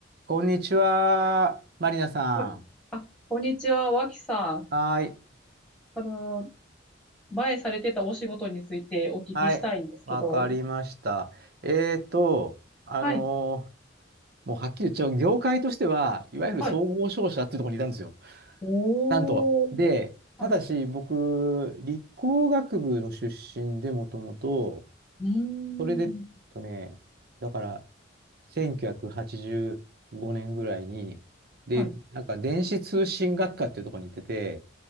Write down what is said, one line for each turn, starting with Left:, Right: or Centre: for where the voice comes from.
Right: こんにちは、マリナさん。
Centre: こあ、こんにちは、脇さん。
Right: はーい。
Centre: あの、前されてたお仕事についてお聞きしたいんですけど。
Right: はい。わかりました。えーと、あのー
Centre: はい、
Right: もうはっきり言っちゃう、業界としては、いわゆる総合商社っていうところにいたんですよ。
Centre: はい。おー、
Right: なんと。で、ただし、
Centre: はい。
Right: 僕、理工学部の出身で、もともと、
Centre: うーん、
Right: それで、えっとね、だから、1985年ぐらいに、で、
Centre: はい。
Right: なんか電子通信学科っていうところに行ってて、